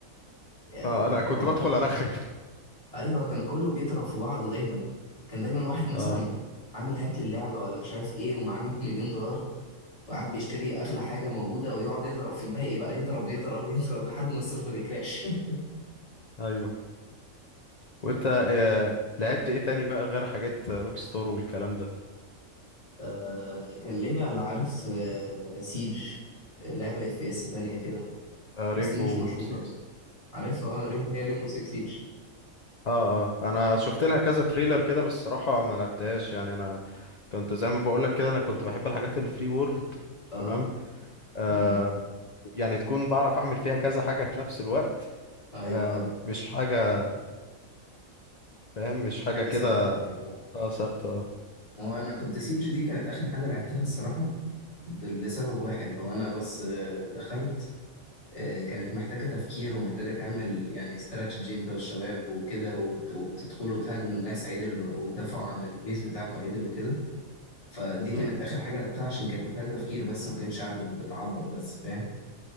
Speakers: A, on the left; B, on the left.
A: آه،
B: اه
A: كان
B: انا
A: حوار
B: كنت بدخل ارخم
A: ايوه كان كله بيضرب في بعضه دايما كان دايما
B: <laughs>
A: واحد مثلا
B: اه
A: عامل هاك للعبه ولا مش عارف ايه ومعاه 100 مليون دولار وقاعد بيشتري اغلى حاجه موجوده ويقعد يضرب في الباقي بقى يضرب يضرب <laughs> يضرب لحد ما السيرفر يكراش <laughs>
B: ايوه وانت آه لعبت ايه تاني بقى غير حاجات روك ستار والكلام ده
A: آه كان ليا على عارف آه سيج آه، لعبه اف بي اس تانية كده
B: آه ريمبو
A: بس دي مش مشهوره
B: 6
A: عارفها اه ريمبو هي ريمبو 6 سيج
B: اه اه انا شفت لها كذا تريلر كده بس الصراحه ما لعبتهاش يعني انا كنت زي ما بقول لك كده انا كنت بحب الحاجات الفري وورلد
A: اه
B: تمام آه
A: اه
B: يعني تكون بعرف اعمل فيها كذا حاجه في نفس الوقت
A: ايوه
B: آه مش حاجه فاهم مش
A: مش
B: حاجه
A: حاجه
B: كده
A: ثابته ايوه
B: اه ثابته اه
A: هو انا كنت سيج دي كانت اخر حاجه لعبتها الصراحه لسبب واحد هو انا بس آه، دخلت آه، كانت محتاجة تفكير ومحتاجة تعمل يعني استراتيجي انت والشباب وكده وت- وتدخلوا تهاجموا الناس عدل وتدافعوا عن البيس بتاعكوا عدل وكده فدي
B: امم
A: كانت آخر حاجة لعبتها عشان كانت محتاجة تفكير بس ما كانش قاعد بت- بتعبط بس فاهم